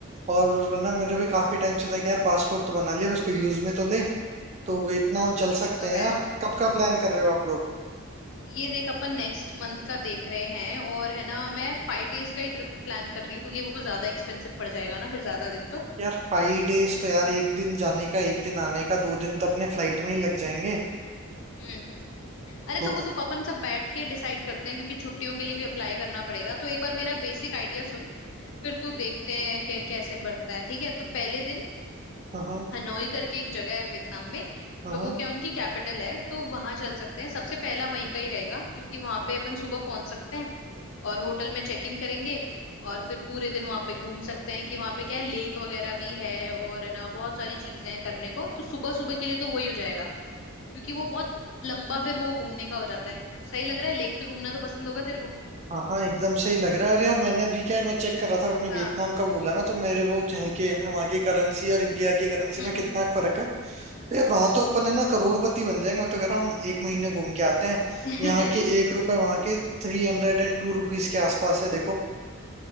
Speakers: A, on the right (about 30°); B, on the left (about 60°).
A: और
B: हम्म
A: ना मेरे भी काफी टाइम से था कि यार पासपोर्ट तो बना लिया अब इसको
B: हम्म
A: यूज में तो ले तो वियतनाम
B: हाँ
A: चल
B: ये
A: सकते
B: तो
A: हैं
B: है
A: यार कब का प्लान कर रहे हो आप लोग
B: ये देख अपन नेक्स्ट मंथ का देख रहे हैं और है ना मैं फाइव डेज का ही ट्रिप प्लान कर रही हूँ क्योंकि वो ज्यादा एक्सपेंसिव पड़ जाएगा ना फिर ज्यादा दिन तो
A: यार फाइव डेज तो यार एक दिन जाने का एक दिन आने का दो दिन तो अपने फ्लाइट में ही लग जाएंगे
B: हम्म अरे
A: तो
B: तो वो तो अपन सब बैठ के डिसाइड करते हैं क्योंकि छुट्टियों के लिए भी अप्लाई करना पड़ेगा तो एक बार मेरा बेसिक आइडिया सुन फिर तू देखते हैं कि कैसे बढ़ता है ठीक है तो पहले दिन
A: हाँ हाँ
B: हनोई करके एक जगह है वियतनाम में
A: हाँ।
B: तो वो क्या उनकी कैपिटल है तो वहां चल सकते हैं सबसे पहला वहीं का ही रहेगा क्योंकि वहां पे अपन सुबह पहुंच सकते हैं और होटल में चेक इन करेंगे और फिर पूरे दिन वहां पे घूम सकते हैं कि वहां पे क्या है लेक वगैरह भी है और है ना बहुत सारी चीजें हैं करने को तो सुबह सुबह के लिए तो वही हो जाएगा क्योंकि वो बहुत लंबा फिर वो घूमने का हो जाता है सही लग रहा है लेक पे घूमना तो पसंद होगा तेरे को
A: हाँ हाँ एकदम सही लग रहा है और यार मैंने अभी क्या है मैं चेक कर रहा था अपने
B: हाँ
A: वियतनाम का बोला ना तो मेरे वो जो है कि है ना, वहाँ की करेंसी और इंडिया की करेंसी
B: हम्म
A: में कितना
B: हम्म
A: फर्क है तो यार वहां
B: हम्म
A: तो अपन है ना करोड़पति बन जाएंगे मैं तो कह रहा हूँ एक महीने घूम के आते हैं
B: <laughs>
A: यहाँ के एक रुपए वहाँ के three hundred and two rupees के आसपास है देखो